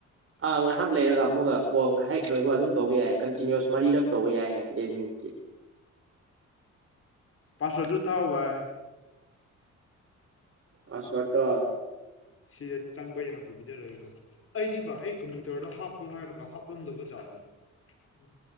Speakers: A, on the right; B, on the left.
A: ꯑꯥ ꯉꯥꯏꯍꯥꯛ ꯂꯩꯔꯒ ꯑꯃꯨꯛꯒ ꯈꯣꯡ ꯍꯦꯛ ꯂꯣꯏꯕ ꯑꯗꯨꯝ ꯇꯧꯕ ꯌꯥꯏ ꯀꯟꯇꯤꯅꯤꯨꯁ ꯃꯔꯤꯔꯛ ꯇꯧꯕ ꯌꯥꯏ ꯍꯥꯏꯌꯦ ꯇꯦꯟ ꯃꯤꯅꯤꯠꯀꯤ
B: ꯄꯥ ꯁꯣꯁꯨ ꯊꯥꯎ ꯚꯥꯏ
A: ꯄꯥꯁꯄꯠ ꯇ
B: ꯁꯤꯗ ꯆꯪꯕ ꯌꯥꯗꯗꯤ <unintelligible> ꯑꯩꯗꯤ ꯚ ꯑꯩ ꯀꯝꯄ꯭ꯌꯨꯇꯔꯗ ꯍꯥꯞꯄꯣ ꯍꯥꯏꯔꯒ ꯍꯥꯞꯂꯝꯗꯧꯕꯖꯥꯠꯅꯦ ꯎ